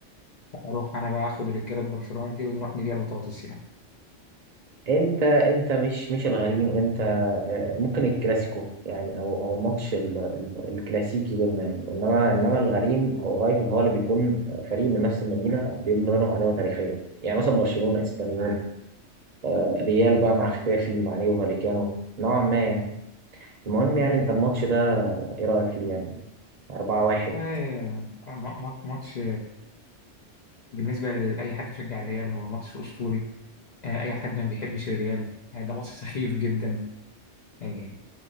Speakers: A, on the left; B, on the right.
A: اروح انا بقى اخد رجاله برشلونه دي ونروح نبيع بطاطس يعني
B: انت انت مش مش الغريم انت آه، ممكن الكلاسيكو يعني او او الماتش ال- ال- الكلاسيكي بيننا يعني انما انما الغريم او الرايفل هو اللي بيكون آه، فريق من نفس المدينه بيبني بينهم عداوه تاريخيه يعني مثلا برشلونه اسبانيول آه، ريال بقى مع ختافي مع ريو فاليكانو نوعا ما يعني المهم يعني
A: امم
B: انت الماتش ده آه، ايه رايك فيه يعني 4 1
A: والله آه، م- م- ماتش بالنسبة لأي حد بيشجع الريال هو ماتش أسطوري آه، أي حد ما بيحبش الريال آه، ده ماتش سخيف جدا يعني